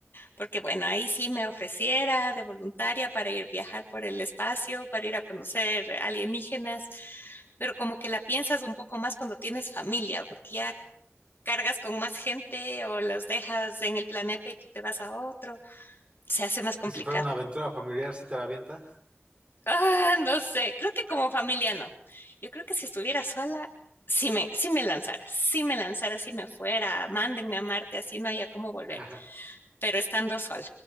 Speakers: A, on the left; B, on the right.
A: porque bueno, ahí sí me ofreciera de voluntaria para ir viajar por el espacio, para ir a conocer alienígenas, pero como que la piensas un poco más cuando tienes familia, porque ya cargas con más gente o los dejas en el planeta y tú te vas a otro, se hace más complicado.
B: Y si fuera una aventura familiar, ¿sí te la avientas?
A: Ah, no sé, creo que como familia no. Yo creo que si estuviera sola, sí me, sí me lanzara, sí me lanzara, si me fuera, mándenme a Marte, así no haya cómo volver,
B: <laughs>
A: pero estando sola.